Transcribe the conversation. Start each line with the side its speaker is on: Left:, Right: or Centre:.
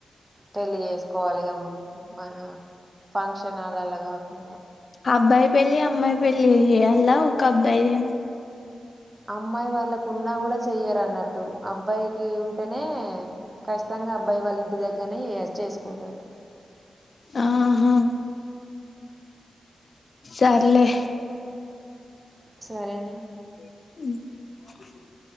Right: పెళ్ళి చేేసుకోవాలి ఇగ మన ఫంక్షన్లలా కాకుండా.
Left: అబ్బాయి పెళ్లి అమ్మాయి పెళ్లి అయ చేయాలా ఒక అబ్బాయి లేనా.
Right: అమ్మాయి వాళ్ళకున్నా కూడా చెయ్యరు అన్నట్టు అబ్బాయికి ఉంటేనే ఖచ్చితంగా అబ్బాయి వాళ్ళ ఇంటి దగ్గరనే చేసుకుంటారు.
Left: ఆహా. సార్లే.
Right: సరేనే.
Left: ఉహ్.